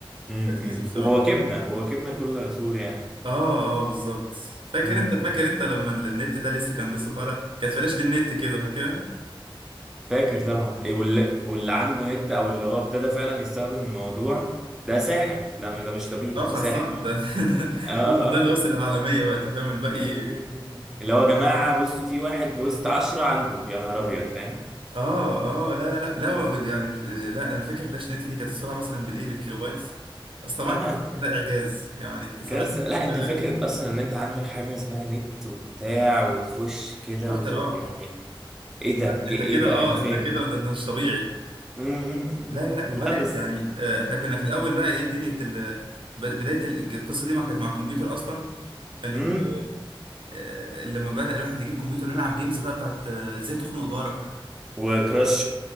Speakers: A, in the centre; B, on the right.
A: امم
B: لذيذه بصراحه
A: وواكبنا وواكبنا كل سور يعني
B: اه اه بالظبط فاكر
A: امم
B: انت فاكر انت لما النت ده لسه كان لسه طالع كانت فلاشة النت كده فاكرها
A: فاكر طبعا إيه، واللي واللي عنده نت او اللي هو ابتدى فعلا يستخدم الموضوع ده ساحر ده م- ده مش طبيعي
B: اه خلصانه
A: ده ساحر
B: ده <laughs> ده
A: اه اه
B: اه ده, ده اللي
A: اه
B: وصل
A: اه
B: العالميه بقى انت فاهم الباقي
A: أمم، أمم، أمم. اللي هو يا جماعة بصوا في واحد بوسط عشرة عنده يا نهار ابيض فاهم
B: اه اه لا لا لا لا و- يعني لا ده انا فاكر فلاش نت دي كانت السرعه مثلا بالايه بالكيلو بايتس بس طبعا
A: اه
B: كان ساعتها ده اعجاز يعني انت ساعتها
A: كارثة لا انت
B: بتتكلم
A: فكرة اصلا ان انت عندك حاجة اسمها نت وبتاع وتخش كده
B: اختراع
A: وت... يعني ايه ده
B: انت
A: ايه ايه
B: كده
A: ده
B: اه
A: احنا فين
B: انت كده ده انت مش طبيعي
A: مم، مم، مم،
B: لا
A: مم.
B: لا لا وبدات
A: لا بس
B: يعني آه، احنا كنا في الاول بقى ايه دنيا ال... ب- بدايه ال- القصه دي ما كانت مع الكمبيوتر اصلا كانت
A: مم.
B: آه، لما بدأ الواحد يجيب كمبيوتر ويلعب جيمز بقى بتاعت آه، ازاي تخنق جارك
A: وكراش